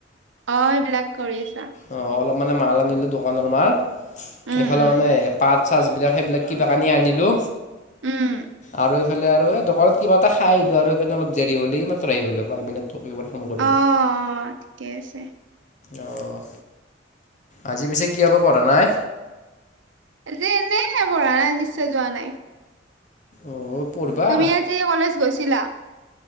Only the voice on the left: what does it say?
অ', অলপ মানে মাল আনিলো দোকানৰ মাল,
এইফালে
মানে পাত চাৰ্জবিলাক সেইবিলাক কিবা কানি আনিলো।
আৰু এইফালে আৰু এই দোকানত কিবা এটা খাই আহিলো আৰু সেইকাৰণ অলপ দেৰি হ'ল, এই মাত্ৰ আহি পালো। পাই পেলাই তোক এইবাৰ ফোন কৰিলো
অ', অ' আজি পিছে কিয়বা পঢ়া নাই?
অঁ পঢ়িবা